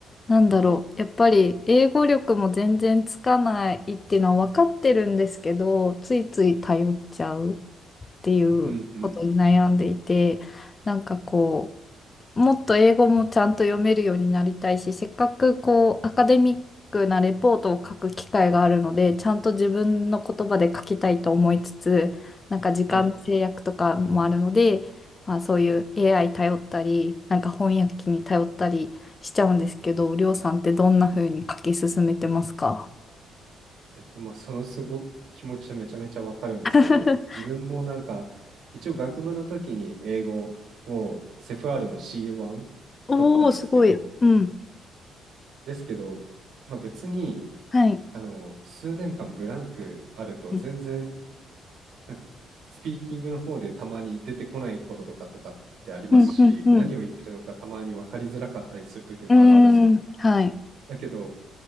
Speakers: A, on the left (about 30°); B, on the right (about 75°).
A: なんだろう、やっぱり英語力も全然つかないっていうのは分かってるんですけど、ついつい頼っちゃうっていうことに悩んでいて、
B: うんうん。
A: なんかこう、もっと英語もちゃんと読めるようになりたいし、せっかくこうアカデミックなレポートを書く機会があるので、ちゃんと自分の言葉で書きたいと思いつつ、なんか時間の制約とかもあるので、
B: はい。
A: まあ、そういう AI 頼ったり、なんか翻訳機に頼ったりしちゃうんですけど、りょうさんってどんな風に書き進めてますか
B: えっと、まあ、そのすご気持ちはめちゃめちゃわかるんですけど、
A: <laughs>
B: 自分もなんか、一応学部の時に英語をセフ r の C1
A: おおー、
B: 取ったんですけど、
A: すごい。うん。
B: ですけど、まあ、別に、
A: はい。
B: あの、数年間ブランクあると、
A: うん、
B: 全然、なんか、スピーキングの方でたまに出てこないこととかとかってありますし、
A: うん、うん、うん。
B: 何を言ってるのかたまに分かりづらかったりする時もあるんですよ。
A: うーん、はい。
B: だけど、